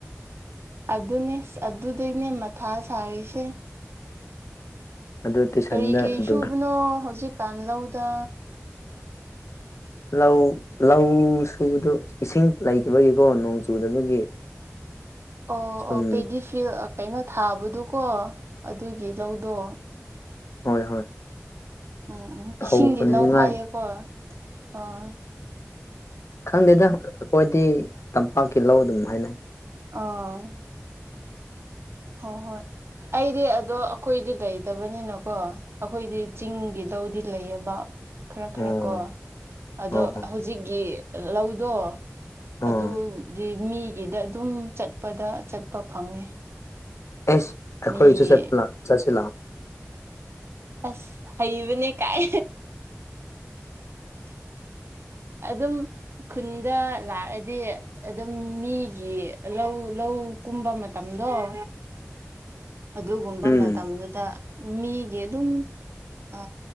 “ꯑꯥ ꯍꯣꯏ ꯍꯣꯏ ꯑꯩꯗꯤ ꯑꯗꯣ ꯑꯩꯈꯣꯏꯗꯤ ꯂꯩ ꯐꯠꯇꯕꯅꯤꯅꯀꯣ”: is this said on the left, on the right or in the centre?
Right